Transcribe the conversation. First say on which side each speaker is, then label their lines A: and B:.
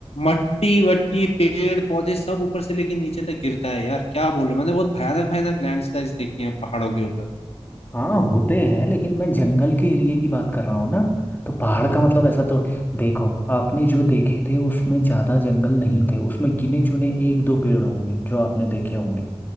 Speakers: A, on the left (about 70°); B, on the left (about 15°).
A: मट्टी वट्टी पेड़ पौधे सब ऊपर से लेके नीचे तक गिरता है यार क्या बोल रहे हो मैंने बहुत भयानक भयानक लैंडस्लाइड्स देखी हैं पहाड़ों के ऊपर
B: हाँ होते हैं लेकिन मैं जंगल के एरिया की बात कर रहा हूँ ना तो पहाड़ का मतलब ऐसा तो देखो आपने जो देखे थे उसमें ज़्यादा जंगल नहीं थे उसमें गिने चुने एक दो पेड़ होंगे जो आपने देखे होंगे